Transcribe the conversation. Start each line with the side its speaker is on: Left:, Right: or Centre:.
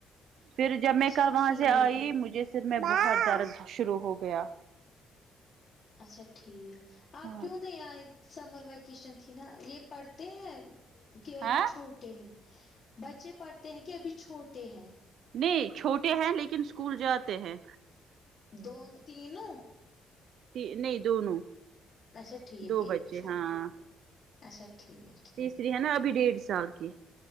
Right: پھر جب میں
Left: اچھا
Right: کل وہاں
Left: ٹھیک
Right: سے آئی مجھے سر میں بہت درد شروع ہو گیا
Left: اچھا ٹھیک آپ
Right: ہاں
Left: کیوں نہیں آئے سمر ویکیشن تھی نا یہ پڑھتے ہیں کہ ابھی
Right: ہاں
Left: چھوٹے ہیں بچے پڑھتے ہیں کہ ابھی چھوٹے ہیں
Right: نہیں چھوٹے ہیں لیکن اسکول جاتے ہیں
Left: دون تینوں
Right: تی نہیں دونوں
Left: اچھا ٹھیک
Right: دو بچے
Left: ایک چھوٹی
Right: ہاں
Left: اچھا ٹھیک ٹھیک
Right: تیسری ہے نا ابھی ڈیڑھ سال کی